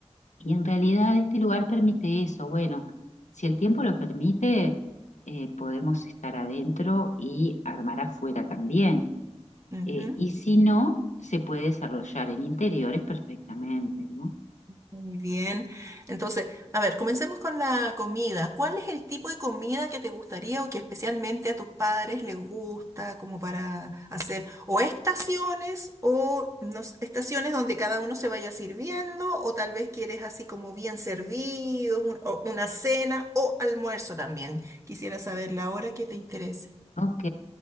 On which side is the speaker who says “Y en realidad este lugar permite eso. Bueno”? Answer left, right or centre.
Left